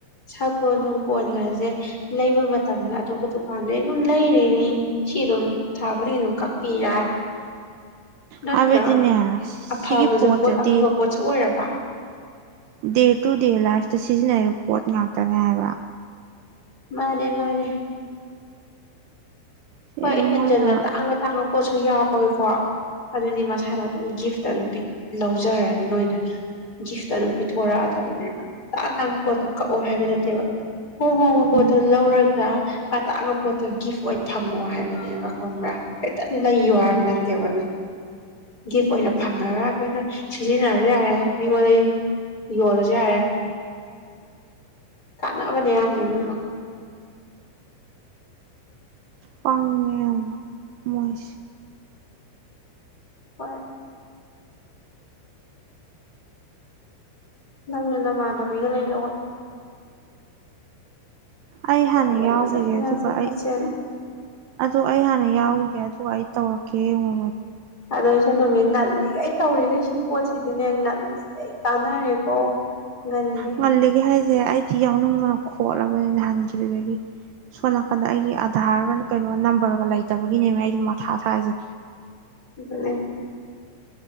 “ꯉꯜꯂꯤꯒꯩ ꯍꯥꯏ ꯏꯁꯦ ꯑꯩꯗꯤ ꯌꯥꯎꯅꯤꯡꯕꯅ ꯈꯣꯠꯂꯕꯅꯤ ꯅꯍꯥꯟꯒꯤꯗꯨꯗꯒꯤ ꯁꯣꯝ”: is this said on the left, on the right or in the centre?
Right